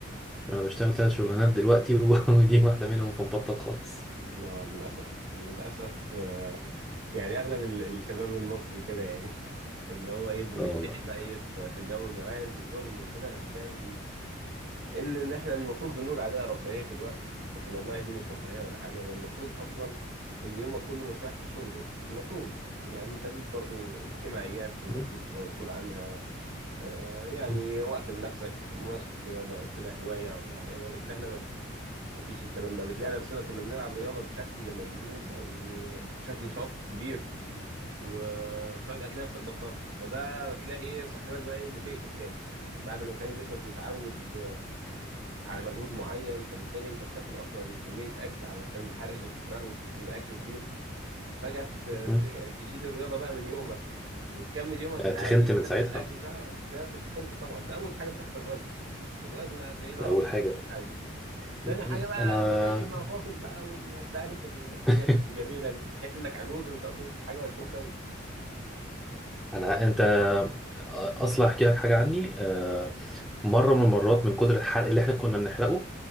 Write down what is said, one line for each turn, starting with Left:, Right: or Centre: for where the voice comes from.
Centre: انا بشتغل ثلاث شغلانات دلوقتي <laughs> و- ودي واحده منهم فمبطل خالص
Right: لا للاسف للاسف آه، يعني اغلب ال- الشباب المصري كده يعني <laughs> اللي هو ايه بنتسحل
Centre: اه والله
Right: بقى ايه في في جو جواز وشغل وكده بتلاقي ان ان احنا المفروض بنقول عليها رفاهيه الوقت لكن والله دي مش رفاهيه ولا حاجه ده المفروض اصلا ان يومك كله مش رايح في الشغل يعني المفروض يعني انت ليك برضو اجتماعيات المفروض
Centre: م.
Right: تبقى مسؤول عنها آه، يعني
Centre: م.
Right: وقت لنفسك ممارسه رياضه او كده هوايه معينه لكن احنا ما ما فيش الكلام ده بتلاقي نفسنا كنا بنلعب رياضه بشكل مجهود او بشكل شاط كبير وفجاه تلاقي نفسك بطلت فده بتلاقي ايه صحتك بقى ايه بتقلب تاني بعد ما كان جسمك متعود على مجهود معين فبالتالي انت بتاكل اصلا كميه اكل علشان الحرق اللي بتحرقه بيبقى اكل كبير فجاه ت-
Centre: م.
Right: ت- يعني تشيل الرياضه بقى من يومك وتكمل يومك
Centre: آه،
Right: العادي
Centre: تخنت
Right: بنفس
Centre: من ساعتها
Right: الاكل بتاع آه، تلاقي نفسك تخنت طبعا ده اول حاجه بتحصل الوزن الوزن هتلاقيه ضرب
Centre: ده اول حاجه
Right: اول حاجه تاني
Centre: م.
Right: حاجه
Centre: م.
Right: بقى
Centre: انا
Right: مشاكل مع فاصل بقى وانت عارف ال- الحاجات
Centre: <laughs>
Right: الجميله دي تحس انك عجوز وانت اصلا لسه حاجه و20 سنه
Centre: انا انت اصلا احكي لك حاجه عني آه، مره من المرات من كتر الحرق اللي احنا كنا بنحرقه